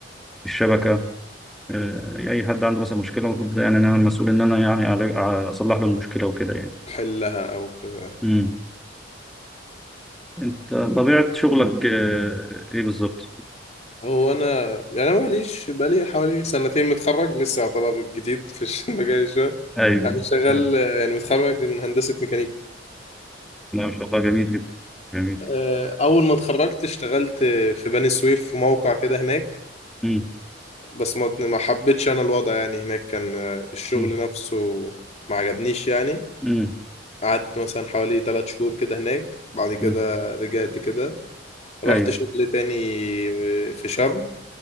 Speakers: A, in the centre; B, on the left.
A: الشبكة آه، اي حد عنده مثلا مشكله المفروض يعني انا المسؤول ان انا يعني أعالج- اصلح له المشكله وكده يعني
B: حلها او كده
A: امم انت طبيعه شغلك آه، ايه بالظبط
B: هو انا يعني انا ماليش بقالي حوالي سنتين متخرج لسه يعتبر جديد في الش- <laughs> مجال الشغل
A: ايوه
B: انا شغال
A: أيوة.
B: آه، يعني متخرج من هندسه ميكانيكا
A: لا ما شاء الله جميل جدا جميل
B: آه، اول ما اتخرجت اشتغلت في بني سويف في موقع كده هناك
A: امم
B: بس ما ما حبيتش انا الوضع يعني هناك كان آه، الشغل
A: امم
B: نفسه ما عجبنيش يعني
A: امم
B: قعدت مثلا حوالي تلات شهور كده هناك بعد كده
A: امم
B: رجعت كده رحت
A: ايوه
B: شغل تاني في شرم